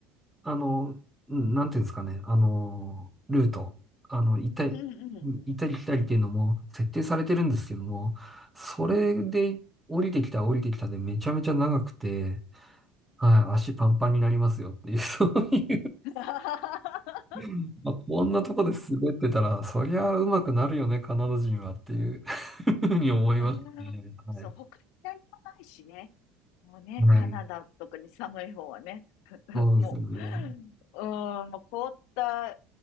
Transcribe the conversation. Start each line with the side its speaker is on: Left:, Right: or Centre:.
Centre: あの、うんなんていうんですかね、あの、ルート、あの、行ったり、
Left: うんうん。
Centre: 行ったり来たりっていうのも設定されてるんですけども、
Left: うん。
Centre: それで降りてきた降りてきたでめちゃめちゃ長くて、はい、足パンパンになりますよっていう、<laughs> そうい
Left: <laughs>
Centre: うまあ、こんなとこで滑ってたら、そりゃ上手くなるよね、カナダ人はっていう <laughs> ふうに思いましたね。
Left: うーん、
Centre: はい。
Left: そう、他に何もないしね。もうね、
Centre: はい。
Left: カナダとかに寒い方はね、<laughs>
Centre: そうですよね。
Left: もう、うーん、もう凍った